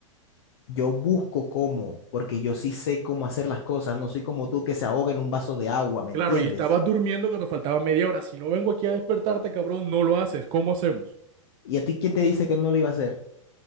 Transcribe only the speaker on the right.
Claro,
y estabas durmiendo cuando faltaba media hora. Si no vengo aquí a despertarte, cabrón, no lo haces. ¿Cómo hacemos?